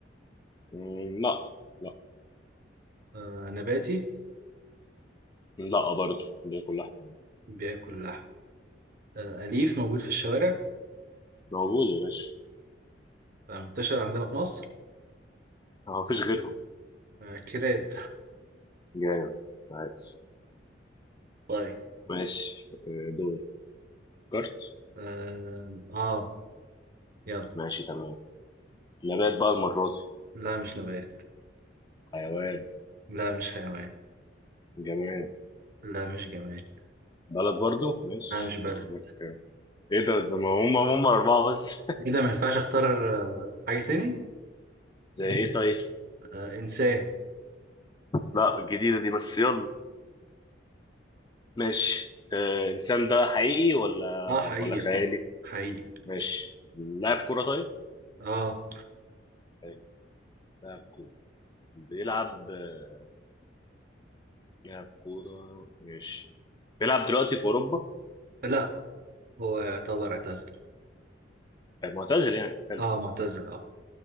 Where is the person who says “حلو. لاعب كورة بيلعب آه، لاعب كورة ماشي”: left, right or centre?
Left